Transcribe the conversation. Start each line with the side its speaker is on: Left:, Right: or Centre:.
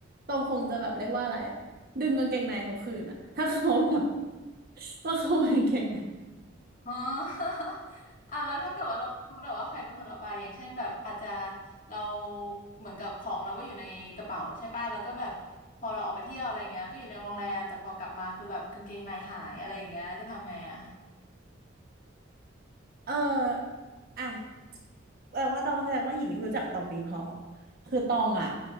Right: ตองคงจะแบบเรียกว่าอะไรอะดึงกางเกงในเขาคืนอะถ้าเขาแบบ <laughs> ว่าขโมยกางเกงใน
Left: อ๋อ <laughs> อ่ะแล้วถ้าเกิดว่าเราไม่รู้แล้วว่าใครเป็นคนเอาไปอย่างเช่นแบบอาจจะเราเหมือนกับของเราก็อยู่ในกระเป๋าใช่ป่ะแล้วก็แบบพอเราออกไปเที่ยวอะไรเงี้ยก็อยู่ในโรงแรมแต่พอกลับมาคือแบบกางเกงในหายอะไรอย่างเงี้ยจะทำไงอ่ะ
Right: เอออ่ะ แปลว่าตองแสดงว่าหญิงไม่รู้จักตองดีพอคือตองอ่ะ